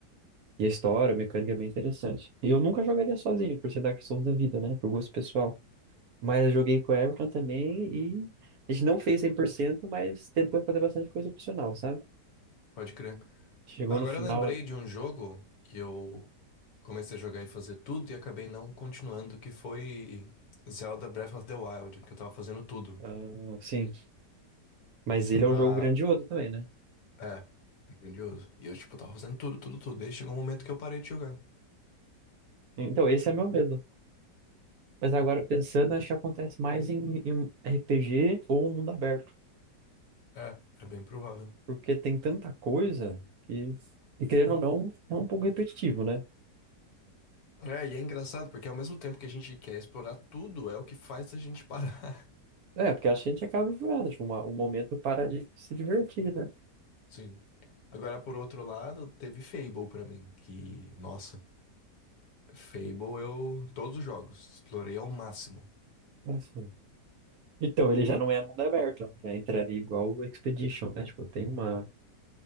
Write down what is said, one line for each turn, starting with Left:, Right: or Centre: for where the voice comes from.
Right: E a história, a mecânica é bem interessante. E eu nunca jogaria sozinho, por ser Dark Souls da vida, né? Por gosto pessoal. Mas eu joguei com o Everton também e a gente não fez 100%, mas tentou fazer bastante coisa opcional, sabe?
Left: Pode crer.
Right: Chegou
Left: Agora
Right: no final,
Left: eu lembrei de um jogo que eu comecei a jogar e fazer tudo e acabei não continuando, que foi Zelda Breath of the Wild, que eu tava fazendo tudo.
Right: ah, sim. Mas ele é um
Left: Ah,
Right: jogo grandioso também, né?
Left: é, é grandioso. E eu, tipo, tava fazendo tudo, tudo, tudo. E aí chegou um momento que eu parei de jogar.
Right: Então, esse é meu medo. Mas agora, pensando, acho que acontece mais em, em RPG ou mundo aberto.
Left: É, é bem provável.
Right: Porque tem tanta coisa que, e querendo ou não, é um pouco repetitivo, né?
Left: É, e é engraçado, porque ao mesmo tempo que a gente quer explorar tudo, é o que faz a gente parar.
Right: É, porque acho que a gente acaba enjoando, tipo, uma- um momento para de se divertir, né?
Left: <laughs> Sim. Agora, por outro lado, teve Fable pra mim, que, nossa, Fable eu, todos os jogos, explorei ao máximo.
Right: Assim. Então, ele já não é mundo aberto, já entraria igual o Expedition, né? Tipo, tem uma.